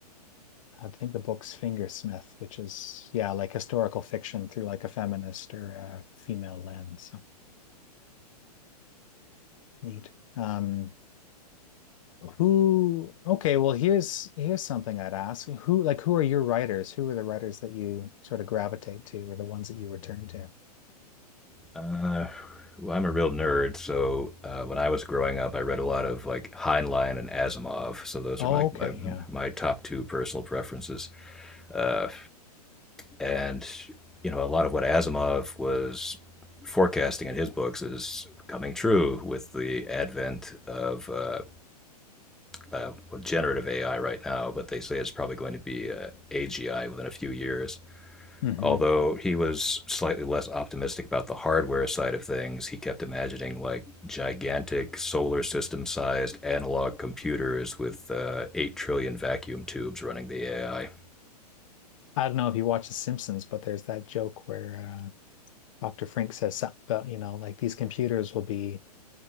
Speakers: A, on the left; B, in the centre.
A: I think the book's Fingersmith, which is, yeah, like historical fiction through like a feminist or a female lens. So neat. Um, who, okay, well, here's here's something I'd ask. Who, like, who are your writers? Who are the writers that you sort of gravitate to or the ones that you return to?
B: Uh, well, I'm a real nerd, so uh, when I was growing up, I read a lot of like Heinlein and Asimov. So those
A: Oh,
B: are my
A: okay,
B: my,
A: yeah.
B: my top two personal preferences. Uh, and you know, a lot of what Asimov was forecasting in his books is coming true with the advent of uh, uh, well, generative AI right now. But they say it's probably going to be uh, AGI within a few years.
A: hmm
B: Although he was slightly less optimistic about the hardware side of things, he kept imagining like gigantic solar system sized analog computers with uh, 8 trillion vacuum tubes running the AI.
A: I don't know if you watch The Simpsons, but there's that joke where uh, Dr. Frank says something about, you know, like these computers will be